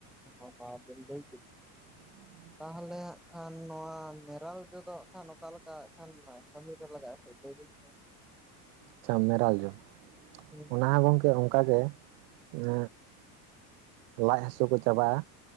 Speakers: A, in the centre; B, on the right.
A: ᱟᱯᱟ ᱵᱟᱦᱟ ᱵᱮᱱ ᱞᱟᱹᱭ᱾
B: <inaudible>
A: ᱛᱟᱦᱚᱞᱮ ᱦᱟᱸᱜ ᱠᱷᱟᱱ ᱱᱚᱣᱟ ᱢᱮᱨᱟᱞ ᱡᱚᱫᱚ ᱦᱟᱸᱜ ᱠᱷᱟᱱ ᱚᱠᱟᱞᱮᱠᱟᱜ ᱠᱷᱟᱱ ᱠᱟᱹᱢᱤ ᱨᱮ ᱞᱟᱜᱟᱼᱟ ᱞᱟᱹᱭ ᱵᱮᱱ <unintelligible>
B: ᱟᱪᱪᱷᱟ ᱢᱮᱨᱟᱞ ᱡᱚ
A: ᱦᱮᱸ
B: ᱚᱱᱟ ᱦᱚᱸ ᱜᱚᱢᱠᱮ ᱚᱱᱠᱟᱜ ᱜᱮ ᱮᱸ ᱞᱟᱡ ᱦᱟᱹᱥᱩ ᱠᱚ ᱪᱟᱵᱟᱜᱼᱟ